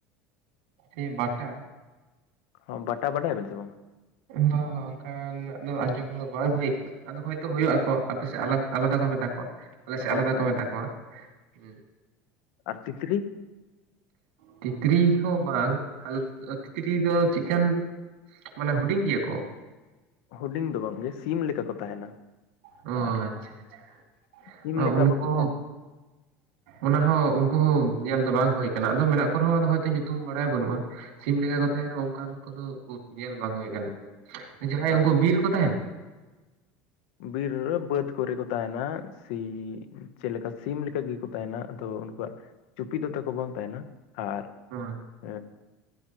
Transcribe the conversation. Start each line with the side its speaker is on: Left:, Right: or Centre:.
Right: ᱥᱮ ᱵᱟᱴᱟ
Left: ᱦᱚᱸ ᱵᱟᱴᱟ ᱵᱟᱰᱟᱭᱟᱵᱮᱱ ᱥᱮ ᱵᱟᱝ᱾
Right: <unintelligible> ᱵᱟ ᱵᱟᱝ ᱚᱱᱠᱟᱱᱟᱜ ᱫᱚ ᱟᱸᱡᱚᱢ ᱫᱚ ᱵᱟᱝ ᱦᱩᱭ ᱟᱠᱟᱱᱟ᱾ ᱟᱫᱚ ᱦᱳᱭᱛᱳ ᱦᱩᱭᱩᱜᱼᱟ ᱟᱠᱚ, ᱟᱯᱮ ᱥᱮᱫ ᱟᱞᱟᱠ ᱟᱞᱟᱫᱟ ᱠᱚ ᱢᱮᱛᱟ ᱠᱚᱣᱟ ᱟᱞᱮ ᱥᱮᱫ
Left: ᱦᱳᱭ
Right: ᱟᱞᱟᱫᱟ
Left: ᱦᱳᱭ
Right: ᱠᱚ ᱢᱮᱛᱟ ᱠᱚᱣᱟ ᱦᱩᱸ᱾
Left: ᱟᱨ ᱛᱤᱛᱨᱤ?
Right: ᱛᱤᱛᱨᱤ ᱦᱚᱸ ᱵᱟᱝ ᱟ ᱛᱤᱛᱨᱤ ᱫᱚ ᱪᱮᱫᱠᱟᱱ ᱢᱟᱱᱮ ᱦᱩᱰᱤᱧ ᱜᱮᱭᱟ ᱠᱚ᱾
Left: ᱦᱩᱰᱤᱝ ᱫᱚ ᱵᱟᱝ ᱜᱮ ᱥᱤᱢ ᱞᱮᱠᱟ ᱠᱚ ᱛᱟᱦᱮᱱᱟ᱾
Right: ᱚ
Left: ᱟᱨ
Right: ᱟᱪᱪᱷᱟ ᱟᱪᱪᱷᱟ
Left: ᱥᱤᱢ ᱞᱮᱠᱟ
Right: ᱚ ᱩᱱᱠᱩ
Left: ᱵᱟᱠᱚ
Right: ᱦᱚᱸ
Left: ᱛᱟᱦᱮᱱᱟ
Right: ᱚᱱᱟᱦᱚᱸ ᱩᱱᱠᱩ ᱦᱚᱸ ᱧᱮᱞ ᱫᱚ ᱵᱟᱝ ᱦᱩᱭ ᱠᱟᱱᱟ ᱟᱫᱚ ᱢᱮᱱᱟᱜ ᱠᱚ ᱨᱮᱦᱚᱸ ᱟᱫᱚ ᱦᱳᱭᱛᱚ ᱧᱩᱛᱩᱢ ᱵᱟᱲᱟᱭ ᱵᱟᱹᱱᱩᱜᱼᱟ᱾ ᱥᱤᱢ ᱞᱮᱠᱟ ᱠᱚ ᱛᱟᱦᱮᱱ ᱨᱮᱦᱚᱸ ᱚᱱᱠᱟᱱ ᱠᱚᱫᱚ ᱩᱠᱩᱨ ᱧᱮᱞ ᱵᱟᱝ ᱦᱩᱭ ᱟᱠᱟᱱᱟ᱾ ᱡᱟᱦᱟᱸᱭ
Left: ᱟᱨ
Right: ᱩᱱᱠᱩ ᱵᱤᱨ ᱠᱚ ᱛᱟᱦᱮᱱ?
Left: ᱵᱤᱨ ᱨᱮ ᱵᱟᱹᱫᱽ ᱠᱚᱨᱮ ᱠᱚ ᱛᱟᱦᱮᱱᱟ᱾ ᱥᱤ ᱪᱮᱫ ᱞᱮᱠᱟ ᱥᱤᱢ ᱞᱮᱠᱟ ᱜᱮᱠᱚ ᱛᱟᱦᱮᱱᱟ, ᱟᱫᱚ ᱩᱱᱠᱩᱣᱟᱜ ᱪᱩᱯᱤᱫ ᱫᱚ ᱛᱟᱠᱚ ᱵᱟᱝ ᱛᱟᱦᱮᱱᱟ ᱟᱨ
Right: ᱦᱮᱸ
Left: ᱦᱮᱸ